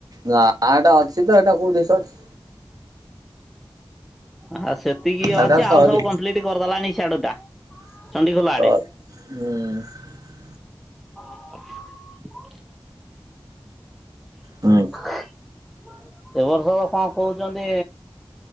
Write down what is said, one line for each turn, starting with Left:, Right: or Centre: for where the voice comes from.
Right: ନା ଏଟା ଅଛି ତ ଏଟା କୋଉଠି ସଛି।
Centre: ହ ସେତିକି ଅଛି
Right: ଏଟା
Centre: ଆଉ
Right: ସରି
Centre: ସବୁ କମ୍ପ୍ଲିଟି କରିଦେଲାଣିି ଛାଡୁ ଟା।
Right: ହୁଁ
Centre: ଚଣ୍ଡିଖୋଲ ଆଡେ।
Right: ହୁଁ।
Centre: <inaudible>
Right: ହୁଁ।
Centre: <inaudible> ଏ ବର୍ଷ ତ କଣ କହୁଛନ୍ତି